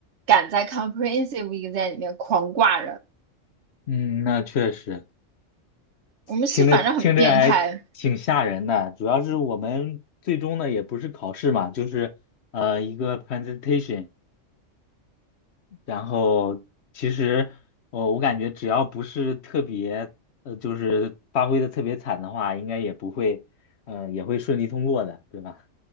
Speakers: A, on the right (about 65°); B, on the left (about 60°).
A: 敢在 comprehensive exam 里面狂挂人。
B: 嗯，那确实
A: 我们系反正很变态，
B: 听着听着还挺吓人的，主要是我们最终呢也不是考试嘛，就是呃一个 presentation。然后其实我我感觉只要不是特别呃，就是发挥的特别惨的话，应该也不会，呃，也会顺利通过的，对吧？